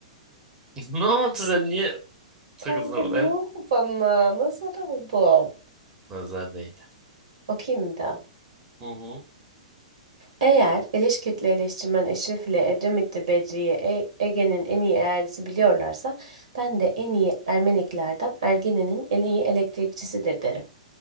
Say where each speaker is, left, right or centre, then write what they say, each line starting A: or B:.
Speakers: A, on the right; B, on the right.
A: <laughs> Ne oldu sen niye
B: Kanka
A: takıldın orada
B: ne oldu
A: ya?
B: bana? Nazar oldum.
A: Nazar değdi.
B: Okuyayım da.
A: Hı hı.
B: Eğer Eleşkirtli eleştirmen Eşref ile Edremitli Bedriye E- Ege'nin en iyi eğercisi biliyorlarsa ben de en iyi Ermeniklerden Ergene'nin en iyi elektrikçisidir derim.